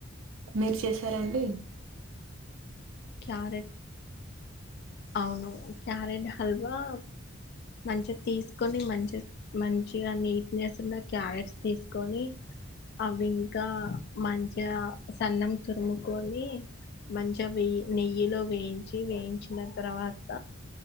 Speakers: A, on the right; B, on the left.
A: మీరు చేశారా అండి
B: క్యారేట్ అవును క్యారెట్ హల్వా మంచిగా తీసుకొని మంచి మంచిగా నీట్నెస్ ఉన్న క్యారెట్స్ తీసుకొని అవి ఇంకా మంచిగా సన్నం తురుముకొని మంచిగా వేయి నెయ్యిలో వేయించి వేయించిన తర్వాత